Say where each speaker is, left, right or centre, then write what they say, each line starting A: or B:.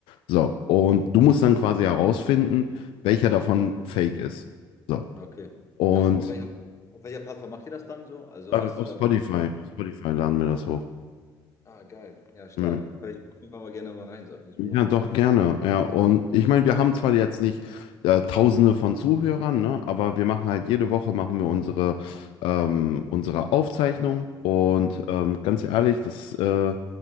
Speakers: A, on the left; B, on the left.
A: So, und du musst dann quasi herausfinden, welcher davon fake ist. So.
B: Okay.
A: Und
B: Krass. Auf welcher, auf welcher Plattform macht ihr das dann so? Also
A: äh,
B: hast
A: auf
B: du dann.
A: Spotify, auf Spotify laden wir das hoch.
B: Ah, geil. Ja, stark.
A: Ja.
B: Hör ich auf jeden Fall mal gerne mal rein, so. Hör ich
A: Ja,
B: mir mal an.
A: doch, gerne. Ja, und ich meine, wir haben zwar jetzt nicht äh, Tausende von Zuhörern, ne, aber wir machen halt jede Woche machen wir unsere, ähm, unsere Aufzeichnung und ähm, ganz ehrlich, das äh,